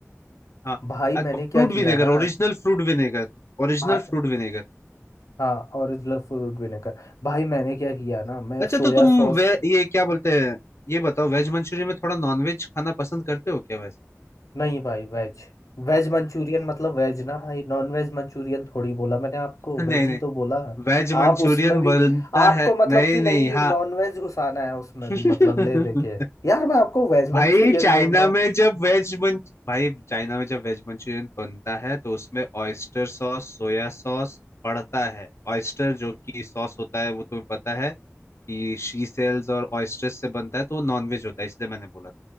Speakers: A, on the left; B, on the left.
A: हाँ
B: भाई मैंने
A: fruit
B: क्या किया
A: vinegar
B: ना
A: original fruit vinegar original
B: भा-
A: fruit vinegar
B: हाँ ओरिजिनल फ्रूट विनेगर भाई मैंने क्या किया ना मैं
A: अच्छा
B: सोया
A: तो तुम
B: सॉस
A: वे ये क्या बोलते हैं ये बताओ वेज मंचूरियन में थोड़ा नॉन वेज खाना पसंद करते हो क्या वैसे
B: नहीं भाई वेज वेज मंचूरियन मतलब वेज ना भाई नॉन वेज मंचूरियन थोड़ी बोला मैंने आपको
A: <laughs> नहीं
B: वेज ही
A: नहीं
B: तो बोला
A: वेज
B: आप
A: मंचूरियन
B: उसमें भी
A: बनता
B: आपको
A: है
B: मतलब
A: नहीं
B: कि नहीं
A: नहीं हाँ
B: नॉन वेज घुसाना है उसमें भी
A: <laughs>
B: मतलब ले देके यार मैं आपको वेज
A: भाई
B: मंचूरियन
A: चाइना
B: बोल रहा हूँ
A: में जब वेज मंच भाई चाइना में जब वेज मंचूरियन बनता है तो उसमें ऑयस्टर सॉस सोया सॉस पड़ता है ऑयस्टर जो कि सॉस होता है वो तुम्हें पता है कि शी सेल्स और ऑयस्टर्स से बनता है तो वो नॉनवेज होता है इसलिए मैंने बोला